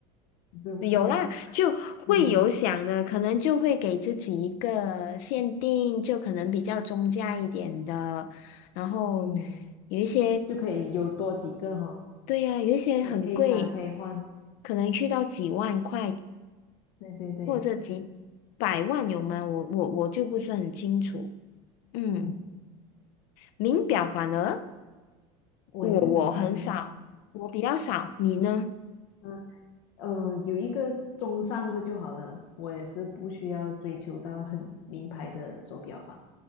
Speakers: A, on the left; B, on the left.
A: 也是不错啊。
B: 有啦，就会有想的，
A: 嗯
B: 可能就会给自己一个限定，就可能比较中价一点的，然后
A: 嗯，
B: 有一些。
A: 就可以有多几个哈、
B: 对呀，有一些很贵，
A: 可以配搭，可以换。
B: 可能去到几万块
A: 对对对，
B: 或者几百万有吗？我我我就不是很清楚。嗯，
A: 嗯，
B: 名表反而
A: 我也是喜欢的。
B: 我我很少，我比较少，你呢？
A: 嗯呃，有一个中上的就好了，我也是不需要追求到很名牌的手表吧。